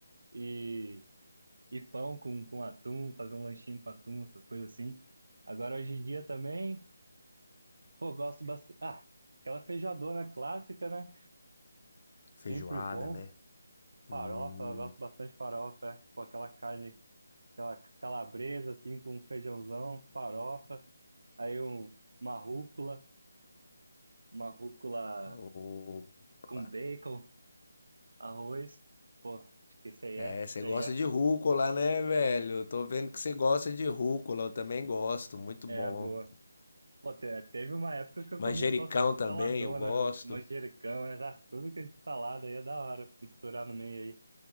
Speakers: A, on the right (about 75°); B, on the left (about 45°).
A: E, e pão com, com atum, fazer um lanchinho com atum, essas coisas assim. Agora, hoje em dia também, pô, gosto bastante. Ah, aquela feijoadona clássica, né?
B: feijoada,
A: Sempre bom.
B: né?
A: Farofa,
B: Hum,
A: eu gosto bastante de farofa, é, com aquela carne aquela calabresa, assim, com um feijãozão, farofa, aí um, uma rúcula, uma rúcula
B: opa.
A: com bacon, arroz. Pô, acho que isso aí
B: É,
A: é, isso
B: você gosta
A: aí é,
B: de rúcula, né, velho? Tô vendo que você gosta de rúcula, eu também gosto, muito
A: é
B: bom.
A: boa. Pô, te- teve uma época que eu
B: Manjericão
A: comia só
B: também
A: saladona,
B: eu gosto.
A: meu, manjericão, era tudo que é salada aí é da hora, misturar no meio aí.